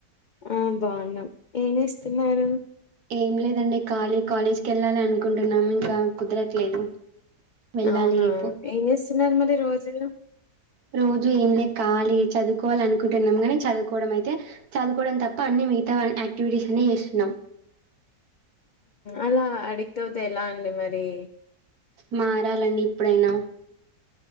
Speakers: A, on the left; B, on the right.
A: ఆ బాగున్నాం ఏం చేస్తున్నారు
B: ఏం లేదండి కాలి కాలేజ్కి ఎళ్ళాలి అనుకుంటున్నాం ఇంకా కుదరట్లేదు వెళ్ళాలి
A: అవునా
B: రేపు
A: ఏం చేస్తున్నారు మరి రోజు
B: రోజు ఏం లే ఖాళీ చదువుకోవాలి అనుకుంటున్నాం కానీ, చదువుకోవడం అయితే చదువుకోవడం తప్ప, అన్ని మిగతా వా యాక్టివిటీస్ అనే చేస్తున్నాం
A: అలా అడిగతవద ఎలా అండి మరి
B: మారాలండి ఇప్పుడైనా